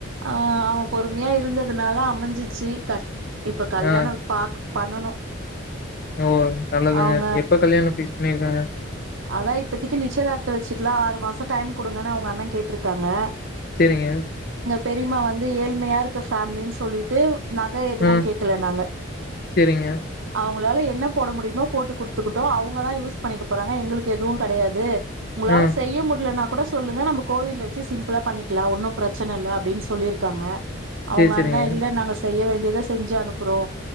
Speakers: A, on the right; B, on the left.
A: ஆ அவ பொறுமையா இருந்ததுனால அமைஞ்சிச்சு கட் இப்ப கல்யாணம்
B: ஆ
A: பாக் பண்ணனு
B: ஓ நல்லாதுங்க
A: அவங்க
B: எப்ப கல்யணம் பிக்ஸ் பண்ணி இ ஆஹ
A: அதா இப்பதிக்கு நிச்சயதார்த்த வச்சுக்கலா ஆறு மாசோ டைம் குடுங்கன்னு அவங்க அண்ணன் கேட்ருக்காங்க
B: சேரிங்க
A: பெரியமா வந்து ஏழ்மையா இருக்கு ஃபேமிலின்னு சொல்லிட்டு நக எது
B: ஆ
A: கேக்கல நாங்க
B: சேரிங்க
A: அவங்களால என்ன போட முடியுமோ போட்டு குடுத்துக் அவங்க தான் யூஸ் பண்ணிக்க போறாங்க எங்களுக்கு எதுவு கடையாது உங்களால
B: ஆ
A: செய்ய முடியலனா கூட சொல்லுங்க நம்ம கோவில்ல வச்சு சிம்பிளா பண்ணிக்கலா ஒன்னு பிரச்சன இல்ல அப்டின்னு சொல்லிருக்காங்க அவங்க
B: சேரி சேரிங்க
A: அண்ணே இல்ல நாங்க செய்ய வேண்டிய எத செஞ்சு அனுப்புறோ